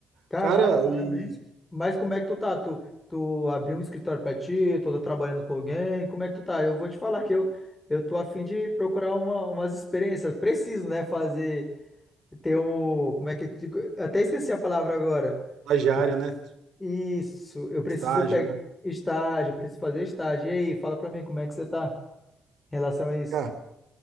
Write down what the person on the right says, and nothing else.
Cara,
e
estagiário,
né?
Estágio,
né?
Cara,